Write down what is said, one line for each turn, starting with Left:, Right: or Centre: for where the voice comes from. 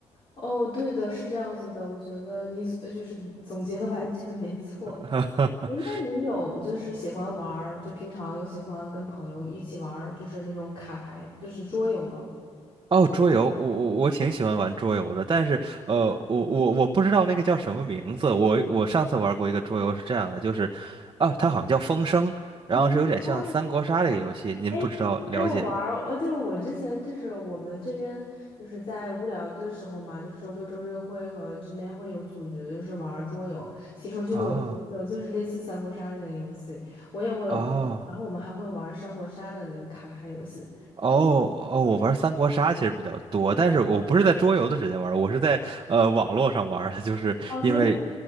Left: 哦，对的，是这样子的，我觉得你呃就是总结的完全没错。
Right: <laughs>
Left: 哎，那你有就是喜欢玩儿，就平常有喜欢跟朋友一起玩儿，就是那种卡牌，就是桌游吗？
Right: 哦，桌游，我我我挺喜欢玩桌游的，但是呃，我我我不知道那个叫什么名字。我我上次玩过一个桌游是这样的，就是啊，它好像叫《风声》，然后是有点像三国杀这个游戏，
Left: 嗯，哦，
Right: 您不知道了解吗？
Left: 哎哎，我玩儿，呃，对，我之前就是我们这边就是在无聊的时候嘛，就是周六周日会和这边会有组局，就是玩儿桌游，其中就会有分手就是类似三国杀的那个游戏，
Right: 啊
Left: 我也会，
Right: 哦
Left: 然后我们还会玩儿三国杀的那个卡牌游戏。
Right: 哦哦，我玩三国杀其实比较多，但是我不是在桌游的时间玩儿我是在呃网络上玩儿的，就是因为
Left: 哦，所以